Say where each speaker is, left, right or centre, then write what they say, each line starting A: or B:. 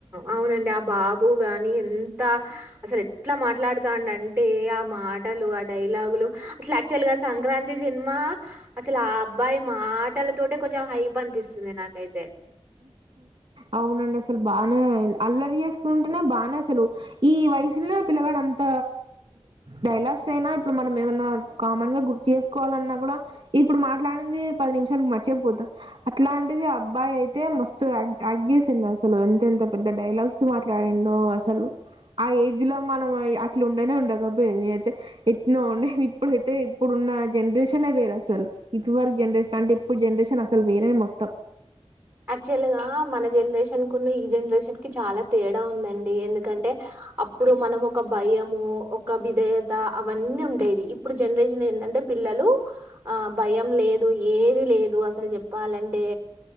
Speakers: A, on the right; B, on the right.
A: అవునండి ఆ బాబు గాని అంత అసలు ఎట్లా మాట్లాడుతాండి అంటే ఆ మాటలు ఆ డైలాగులు అసలు యాక్చువల్ గా సంక్రాంతి సినిమా అసలు ఆ అబ్బాయి మాటలతోట కొంచెం హైప్ అనిపిస్తుంది నాకైతే
B: అవునండి అసలు బాగానే అల్లరి చేసుకుంటేనే బాగానే అసలు ఈ వయసులో పిల్లవాడ అంత డైలాగ్స్ అయినా ఇప్పుడు మనం ఏమన్నా కామన్ గా గుర్తు చేసుకొని మాట్లాడాలన్నా కూడా ఇప్పుడు మాట్లాడింది పది నిమిషాలకు మర్చిపోతాం అట్లా అంటిది అబ్బాయి అయితే మస్తు యాక్ చేసిండ అసలు ఎంత ఎంత పెద్ద డైలాగ్స్ మాట్లాడిండో అసలు ఆ ఏజ్ లో మనం అట్లు ఉండనే ఉండదు బ నేనైతే ఎట్న ఉండే ఇప్పుడైతే ఇప్పుడున్న జనరేషన్ వేరు అసలు ఇదివరకు జనరేషన్ అంటే ఇప్పుడు జనరేషన్ అసలు వేరే మొత్తం
A: యాక్చువల్ గా మన జనరేషన్ కున్న ఈ జనరేషన్ కి చాలా తేడా ఉందండి ఎందుకంటే అప్పుడు మనం ఒక భయము ఒక విధేయత అవన్నీ ఉండేది ఇప్పుడు జనరేషన్ ఏంటంటే పిల్లలు ఆ భయం లేదు ఏది లేదు అసలు చెప్పాలంటే